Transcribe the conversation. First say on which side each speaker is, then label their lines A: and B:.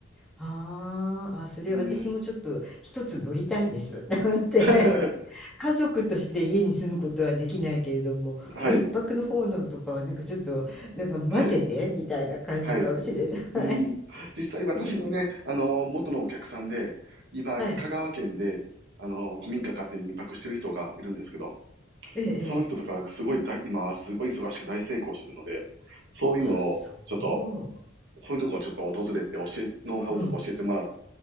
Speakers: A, in the centre; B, on the right.
A: あーあ、それ私もちょっと一つ乗りたいです。
B: うん。
A: <laughs> なんて。
B: <laughs>
A: <laughs> 家族として家に住むことはできないけれども、
B: はい。
A: 民泊の方のとかはなんかちょっと、なんか混ぜてみたいな感じかもしれない。
B: はい。はい。うん。実際私のね、
A: <laughs> うん
B: あの、元のお客さんで、今、
A: はい。
B: 香川県で、あの、古民家買って民泊してる人がいるんですけど、
A: ええ。
B: その人とかすごい大、
A: ええ
B: 今、すごい忙しく大成功してるので、そういうのを、
A: あ、そ
B: ちょっと、そういうとこをちょっと訪れて教え、ノウハウとか教えてもらっ
A: う。うん。